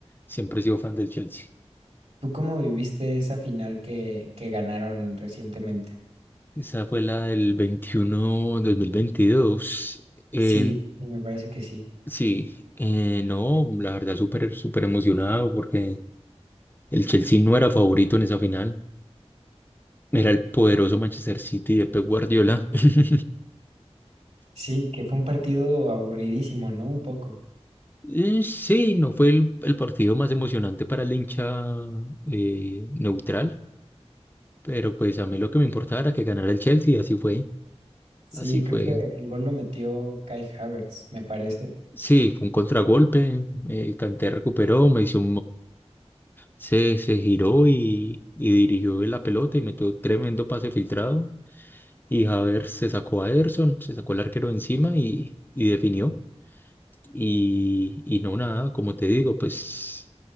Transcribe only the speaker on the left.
siempre he sido fan del Chelsea.
Esa fue la del veintiuno dos mil veintidós Eh,
sí, eh, no, la verdad súper, súper emocionado porque el Chelsea no era favorito en esa final. Era el poderoso Manchester City de Pep Guardiola. <laughs>
Eh, Sí, no fue el, el partido más emocionante para el hincha eh, neutral, pero pues a mí lo que me importaba era que ganara el Chelsea, así fue,
así fue.
Sí, fue un contragolpe, eh, Kanté recuperó, me hizo Se, se giró y, y dirigió la pelota y metió tremendo pase filtrado. Y Havertz se sacó a Ederson, se sacó el arquero encima y, y definió. Y, y no nada, como te digo, pues